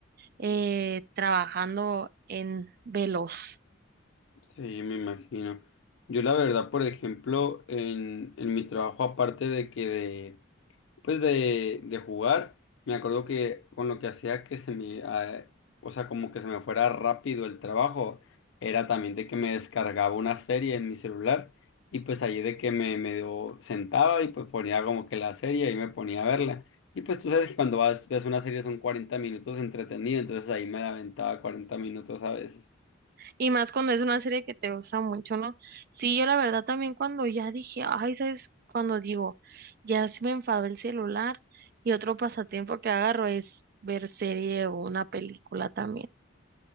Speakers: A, on the right; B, on the left.
A: eh, trabajando en veloz.
B: Sí, me imagino. Yo la verdad, por ejemplo, en, en mi trabajo, aparte de que Pues de, de jugar, me acuerdo que con lo que hacía que se me, ah, o sea, como que se me fuera rápido el trabajo, era también de que me descargaba una serie en mi celular y pues ahí de que me medio sentaba y pues ponía como que la serie y me ponía a verla. Y pues tú sabes que cuando vas, ves una serie son cuarenta minutos entretenido, entonces ahí me la aventaba 40 minutos a veces.
A: Y más cuando es una serie que te gusta mucho, ¿no? Sí, yo la verdad también cuando ya dije, ay, ¿sabes? Cuando digo, ya se me enfadó el celular y otro pasatiempo que agarro es ver serie o una película también.